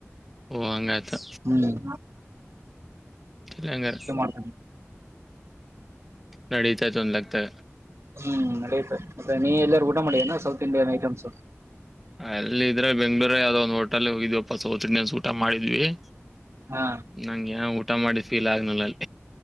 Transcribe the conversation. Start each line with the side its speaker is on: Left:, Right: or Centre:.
Centre: ಓ ಹಂಗಾಯ್ತು
Right: ಹ್ಮ್
Centre: ಇಲ್ಲ ಹಂಗಾರ
Right: ಮಾಡ
Centre: ನಡೀತಾ ತೊಂದ ಆಗ್ತದೆ
Right: ಹ್ಮ್ ನಡೆಯುತ್ತೆ ಮತ್ತೆ ನೀ ಎಲ್ಲರೂ ಊಟ ಮಾಡಿನ ಸೌತ್ ಇಂಡಿಯನ್ ಐಟಮ್ಸ್
Centre: ಅಲ್ಲ ಇದ್ರೆ ಬೆಂಗಳೂ ಯಾವ್ದೋ ಒಂದ್ ಹೋಟೆಲ್ ಹೋಗ್ವಪ್ಪಾ ಸೌಚಣ್ಯನ್ ಊಟ ಮಾಡಿದ್ವಿ ಹ
Right: ಹಾ
Centre: ನಂಗೆ್ಯಾ ಊಟ್ಟ ಊಟ ಮಾಡಿ ಫೀಲ್ ಆಗನಲ್ಲಿ